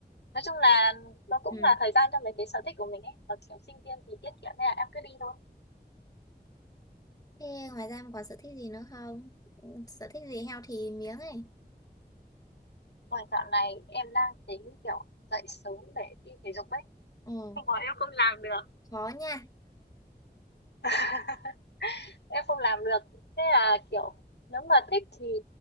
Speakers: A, on the left; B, on the left.
A: nói chung là nó cũng
B: ừ
A: là thời gian cho mấy cái sở thích của mình ấy mà kiểu sinh viên thì tiết kiệm nên là em cứ đi thôi
B: thế ngoài ra em còn sở thích gì nữa không Ừ, sở thích gì heo thì miếng ấy
A: Ngoài dạo này em đang tính kiểu dậy sớm để đi thể dục ấy.
B: ừ
A: <laughs> Nhưng mà em không làm được.
B: khó nha
A: <laughs> Em không làm được. Thế là kiểu nếu mà thích thì